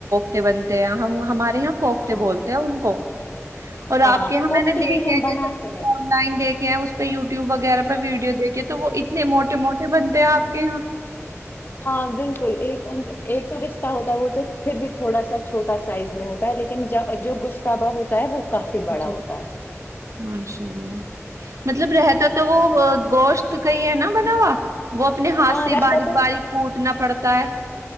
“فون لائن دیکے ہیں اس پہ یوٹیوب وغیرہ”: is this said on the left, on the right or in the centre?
Right